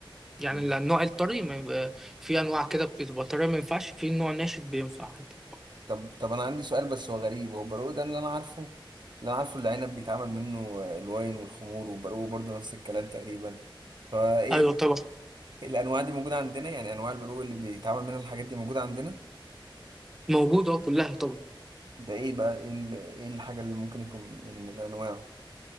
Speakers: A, in the centre; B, on the right (about 55°).
A: يعني
B: مم.
A: النوع الطري ما يبقى في انواع كده بتبقى طريه ما ينفعش في نوع ناشف بينفع عادي
B: طب طب انا عندي سؤال بس هو غريب هو البرقوق ده اللي انا عارفه اللي انا عارفه اللي عنب بيتعمل منه الواين والخمور والبرقوق برضو نفس الكلام تقريبا فايه
A: ايوه طبعا
B: <laughs> الانواع دي موجوده عندنا يعني انواع البرقوق اللي بيتعمل منها الحاجات دي موجوده عندنا
A: موجوده كلها طبعا
B: ده ايه بقى ايه ال- ايه الحاجه اللي ممكن يكون يعني من انواعه